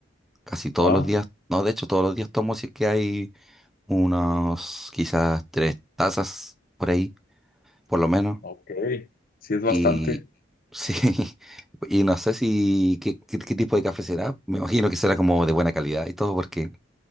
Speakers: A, in the centre; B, on the left.
A: casi todos
B: Ah,
A: los días, no, de hecho todos los días tomo si es que hay unos quizás tres tazas por ahí, por lo menos,
B: ok. Sí, es bastante.
A: y sí, <laughs> y no sé si qué, qué- qué tipo de café será, me imagino que será como de buena calidad y todo, porque